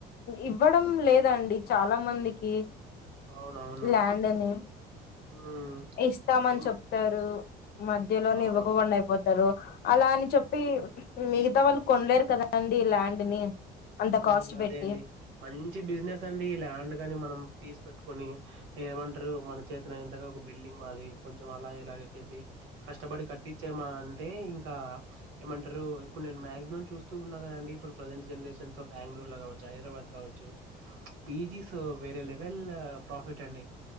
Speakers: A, on the left; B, on the right.
A: ఇవ్వడం లేదండి చాలా మంది కే
B: అవునవును
A: ల్యాండ్ ని
B: ఉమ్
A: ఇస్తామని
B: ఏం
A: చెప్తారు మధ్యలోనే
B: ఆ
A: ఇవ్వకోకుండా అయిపోతారు అలా అని చెప్పి మిగతా వాళ్ళు కొనలేరు కదండి ల్యాండ్ ని అంత
B: హుమ్
A: కాస్ట్
B: అదే
A: పెట్టి
B: అండి మంచి బిజినెస్ అండి ల్యాండ్ గాని మనం తీసు పెట్టుకొని ఏమంటరు మన చేతన ఇంతగా ఒక బిల్డింగ్ మాది కొంచెం అలాగ ఇలాగ చేసి కష్టపడి కట్టించేమా అంటే ఇంకా ఏమంటరు ఇప్పుడు నేను మక్సిమం చూస్ ఉన్నా కదండి ఇప్పుడు ప్రజెంట్ జనరేషన్స్ లో బెంగళూర్ లొ కావచ్చు హైదరాబాద్ కావచ్చు పీజీస్ లొ వేరె లెవెల్ ప్రాఫిట్ అండి